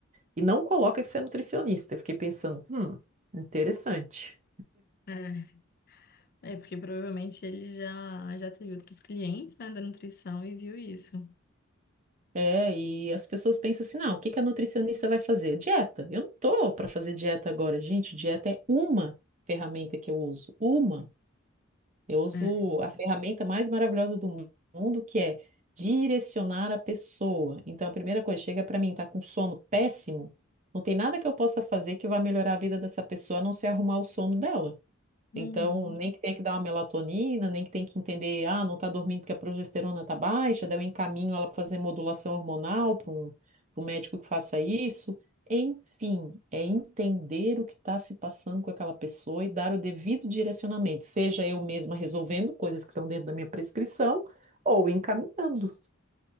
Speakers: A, on the right; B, on the left.
A: E não coloca que você é nutricionista. Eu fiquei pensando, hum, interessante.
B: É, é porque provavelmente ele já, já teve outros clientes, né, da nutrição e viu isso.
A: É, e as pessoas pensam assim, não, o que que a nutricionista vai fazer? Dieta. Eu não tô para fazer dieta agora, gente. Dieta é uma ferramenta que eu uso, uma. Eu uso
B: É.
A: a ferramenta mais maravilhosa do mu- mundo, que é direcionar a pessoa. Então, a primeira coisa, chega para mim, tá com sono péssimo, não tem nada que eu possa fazer que vá melhorar a vida dessa pessoa, a não ser arrumar o sono dela.
B: Uhum.
A: Então, nem que tenha que dar uma melatonina, nem que tenha que entender, ah, não está dormindo porque a progesterona está baixa, daí eu encaminho ela para fazer modulação hormonal para um, pra um médico que faça isso. Enfim, é entender o que está se passando com aquela pessoa e dar o devido direcionamento, seja eu mesma resolvendo coisas que estão dentro da minha prescrição ou encaminhando.